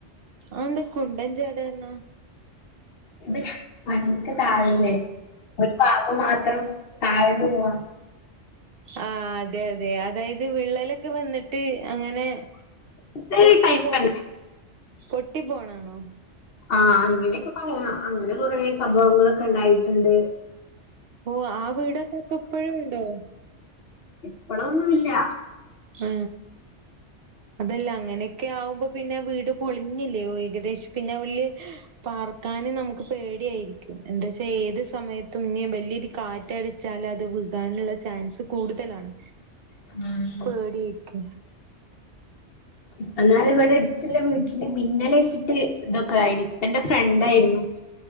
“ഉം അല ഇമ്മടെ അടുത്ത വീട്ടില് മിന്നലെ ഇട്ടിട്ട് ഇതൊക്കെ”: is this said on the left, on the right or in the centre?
Left